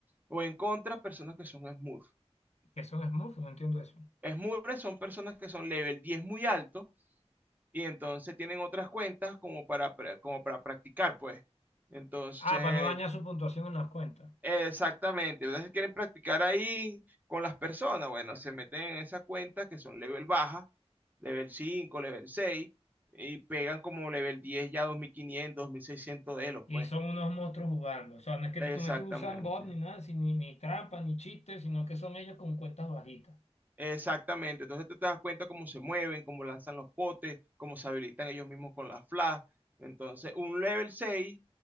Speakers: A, on the right (about 15°); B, on the left (about 80°).
A: O en contra, personas que son Smurf.
B: que son smurfs, no entiendo eso.
A: Smurfs son personas que son level 10 muy alto y entonces tienen otras cuentas como para, pra- como para practicar, pues. Entonces,
B: Ah, para no dañar su puntuación en las cuentas.
A: exactamente, ¿verdad? Si quieren practicar ahí con las personas, bueno, se meten en esas cuentas que son level baja, level 5, level 6 y pegan como level 10 ya dos dos mil quinientos, dos mil seiscientos de elo,
B: Y
A: pues.
B: son unos monstruos jugando. O sea, no es que, no
A: Exactamente.
B: es que usan bot ni nada, si- ni, ni trampa, ni chistes, sino que son ellos con cuentas bajitas.
A: Exactamente, entonces tú te das cuenta cómo se mueven, cómo lanzan los potes, cómo se habilitan ellos mismos con las flash. Entonces, un level 6